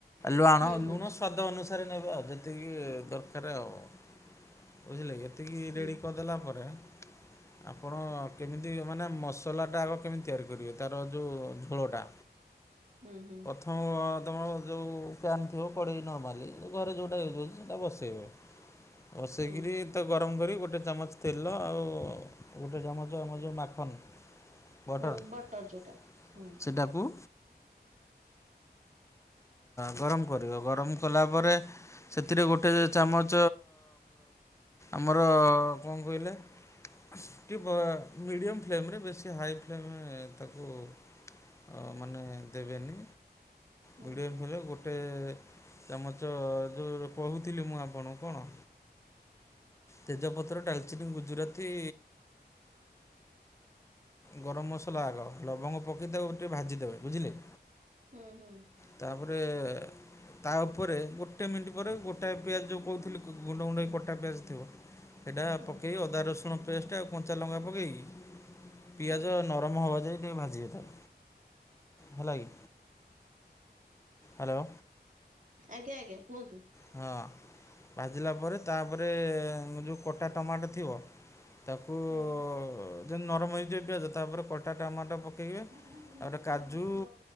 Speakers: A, on the left (about 15°); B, on the right (about 50°).
A: ଲାଣ
B: ହୁଁ
A: ଲୁଣ
B: ହୁଁ
A: ସ୍ଵାଦ ଅନୁସାରେ ନେବା ଆଉ ଯେତିକି ଦରକାର। ପାଖରେ ଆଉ ବୁଝିଲେ ଏତିକି
B: ହୁଁ
A: ରେଡ଼ି କରିଦେଲା ପରେ। ଆପଣ କେମିତି ମାନେ ମସଲାଟା ଆଗ କେମିତି ତିଆରି କରିବେ ତାର ଯେଉଁ ଝୋଳଟା
B: ହୁଁ ହୁଁ।
A: ହ ତୁମର ଯେଉଁ ଫ୍ୟାନ୍ ଥିବ କଡ଼େଇ ନର୍ମାଲି ଘରେ ଯେଉଁଟା ୟୁଜ୍ ହେଉଛି ସେଇଟା ବସେଇବେ। ରଷେଇ
B: ହୁଁ
A: କିରି ତା ଗରମ କରି ଗୋଟେ ଚାମଚ ତେଲ ଆଉ ଗୋଟେ ଚାମଚ ଆମ ଯେଉଁ ମାଖନ। ୱଟର୍
B: ହୁଁ ବଟର ଯୋଉଟା ହୁଁ
A: ସେଇଟାକୁୁ ଗରମ କରିବ ଗରମ କଲା ପରେ ସେଥିରେ ଗୋଟେ ଚାମଚ ଆମର କଣ କହିଲେ? କି ମିଡ଼ିୟମ ଫ୍ଲେମ୍ରରେ ବେଶୀ ହାଇ ଫ୍ଲେମରେ ତାକୁ ଅ ମାନେ ଦେବେନି
B: ହୁଁ
A: ଘଡି ହେଲେ ଗୋଟେ। ଗୋଟେ ଚାମଚ ଯୋଉ କହୁଥିଲି ମୁଁ ଆପଣ କଣ? ତେଜପତ୍ର ଡାଲଚିନି ଗୁଜୁରାତି। ଗରମ ମସଲା ଆଗ ଲବଙ୍ଗ ପକାଇଦେବ ଟିକେ ଭାଜିଦେବେ ବୁଝିଲେ?
B: ହୁଁ ହୁଁ।
A: ତାପରେ ତା ଉପରେ ଗୋଟେ ମିନିଟ୍ ପରେ ଗୋଟାଏ ପିଆଜ ଯେଉଁ କହୁଥିଲି ଗୁଣ୍ଡ ଗୁଣ୍ଡେଇ କଟା ପିଆଜ ଥିବ। ଏଡ଼ା
B: ହୁଁ
A: ପକେଇ ଅଦା ରସୁଣ ପେଷ୍ଟ ଆଉ କଞ୍ଚା ଲଙ୍କା ପକେଇକି ପିଆଜ
B: ହୁଁ ହୁଁ
A: ନରମ ହେବା ଯାଇ ଟିକ ଭାଜିିଥାଉ। ହେଲା କିି ହ୍ୟାଲୋ?
B: ଆଜ୍ଞା ଆଜ୍ଞା କୁହନ୍ତୁ।
A: ହଁ ଭାଜିଲା ପରେ ତାପରେ ଯେଉଁ କଟା ଟମାଟୋ ଥିବ ତାକୁ ଯେମିତି
B: ହୁଁ।
A: ନରମ ହେଇଯିବେ ପିଆଜ ତାପରେ କଟା ଟମାଟୋ ପକେଇବେ
B: ହୁଁ ହୁଁ
A: ତାପରେ କାଜୁ
B: ଆଜ୍ଞା ହଁ ହଁ।